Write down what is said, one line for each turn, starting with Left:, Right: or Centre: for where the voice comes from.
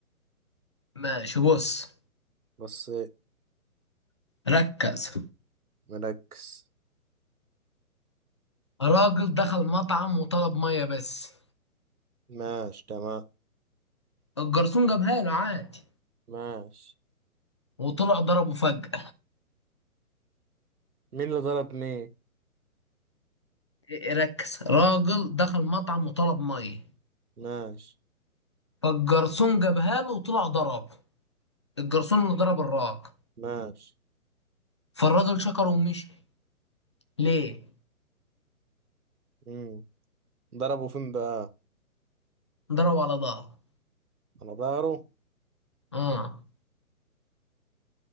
Left: ماشي بص
Right: بس
Left: ركز
Right: مركز
Left: راجل دخل مطعم وطلب مية بس
Right: ماشي تمام
Left: الجرسون جابها له عادي
Right: ماشي
Left: وطلع ضربه فجأة
Right: مين اللي ضرب مين
Left: إيه، ركز راجل دخل مطعم وطلب مية
Right: ماشي
Left: فالجرسون جابها له وطلع ضربه الجرسون اللي ضرب الراجل
Right: ماشي
Left: فالراجل شكره ومشي ليه؟
Right: امم ضربه فين بقى
Left: ضربه على ظهره
Right: على ظهره
Left: اه